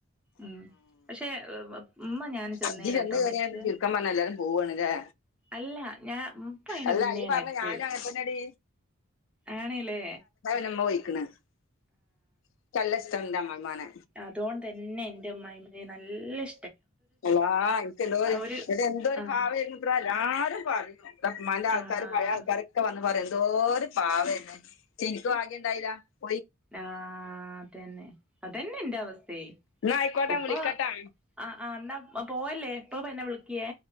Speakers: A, in the centre; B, on the left.
A: ഉം പക്ഷെ ഉമ്മ ഞാന് ചെന്നേരാട്ടോ
B: ഇജ്ജ് ചെന്ന് കേറിയപ്പോ
A: മര്ച്ചവ്
B: ചുരുക്കം പറഞ്ഞ എല്ലാരും പോവാണ് ല്ലേ
A: അല്ല ഞാൻ പ്പ അയ്ന്റെ
B: അല്ല
A: മുന്നേ
B: ഇയ്യ് പറഞ്ഞ
A: മര്ച്ച്
B: ഞാനും അങ്ങനെ തന്നെടി
A: ആണ് ല്ലേ
B: മ്മ പോയിക്ക്‌ണ് ക്ക്‌ അല്ല സ്ട്ടാണ് ന്റെ മ മ്മാനെ
A: അതുഓണ് തന്നെ ൻ മ്മായ്മ്മേ നല്ല ഇശ്
B: അള്ളാ ഇൻക്ക് എന്തോര്
A: ഒരു
B: എന്റെ എന്തോരു
A: ആഹ്
B: പാവെയ്രുന്നു ത്ര എല്ലാരും പറയു ത മ്മാന്റെ ആൾക്കാ
A: ആഹ്
B: ക്കാര് പഴെ ആൾക്കാരൊക്ക വന്ന് പറ്യു എന്തോ ഒരു പാവെയ്നു ശേ ഇൻക്ക് ഭാഗ്യ ണ്ടായില്ല
A: ആഹ് അതെന്നെ അതെന്നെ ന്റെ അവസ് തെ
B: എന്നാ ആയിക്കോട്ടെ
A: ഉപ്പ
B: വിളിക്കട്ടാ
A: ആആ ന്ന പോവല്ലേ പ്പം പ്പന്നെ വിൾക്ക്യേ